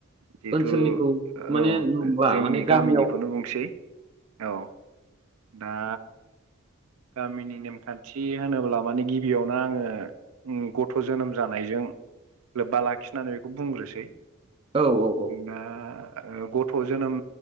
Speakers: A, on the right; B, on the right.
A: जिहेथु
B: ओनसोलनिखौ माने
A: औ
B: नंला
A: जोंनि
B: माने गामियाव
A: गामिनिखौनो बुंसै औ दा गामिनि नेमखान्थि होनोब्ला माने गिबियावनो आङो गथ' जोनोम जानायजों लोब्बा लाखिनानै बेखौ बुंग्रोसै
B: औ औ
A: दा गथ' जोनोम